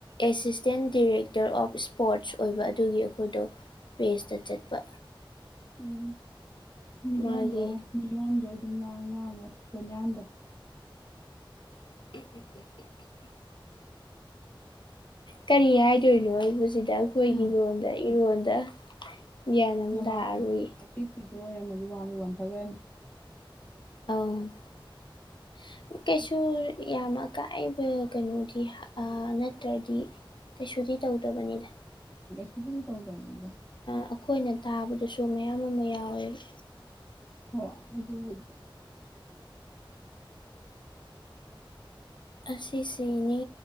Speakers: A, on the left; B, on the left.
A: ꯑꯦꯁꯤꯁꯇꯦꯟ ꯗꯤꯔꯦꯛꯇꯔ ꯑꯣꯐ ꯏꯁꯄꯣꯔꯠꯁ ꯑꯣꯏꯕ ꯑꯗꯨꯒꯤ ꯑꯩꯈꯣꯏꯗꯣ ꯔꯦꯁꯇ ꯆꯠꯄ
B: ꯎꯝ ꯃꯤ ꯂꯣꯟꯗꯣ
A: ꯃꯥꯒꯤ
B: ꯃꯤ ꯌꯣꯟꯗꯣ ꯒꯨꯝꯅ ꯉꯥꯡꯉꯣ ꯕꯣꯌꯥꯟꯗꯣ
A: <inaudible> ꯀꯔꯤ ꯍꯥꯏꯗꯣꯏꯅꯣ ꯑꯩꯕꯨꯁꯤꯗ ꯑꯩꯈꯣꯏꯒꯤ
B: ꯎꯝ
A: ꯂꯣꯟꯗ ꯏꯔꯣꯟꯗ ꯒ꯭ꯌꯥꯟ ꯑꯃ
B: ꯅꯃꯥꯟꯅꯕꯤ
A: ꯇꯥꯔꯣꯏ
B: ꯑꯄꯤꯛꯄꯤꯗꯣ ꯑꯣꯏꯔꯝꯃꯗꯤ ꯋꯥꯟꯕꯨ ꯋꯥꯟꯊꯒ꯭ꯔꯅꯤ
A: ꯑꯧ ꯀꯩꯁꯨ ꯌꯥꯝ ꯑꯀꯥꯏꯕ ꯀꯩꯅꯣꯗꯤ ꯑꯥ ꯅꯠꯇ꯭ꯔꯗꯤ ꯀꯩꯁꯨꯗꯤ ꯇꯧꯗꯕꯅꯤꯗ
B: ꯑꯗꯨꯗꯤ ꯇꯧꯗꯕꯅꯤꯗ
A: ꯑꯩꯈꯣꯏꯅ ꯇꯥꯕꯗꯁꯨ ꯃꯌꯥꯝ ꯑꯃ ꯌꯥꯎꯋꯦꯕ
B: ꯍꯣ ꯑꯗꯨꯕꯨꯗꯤ
A: ꯑꯁꯤꯁꯤꯅꯦ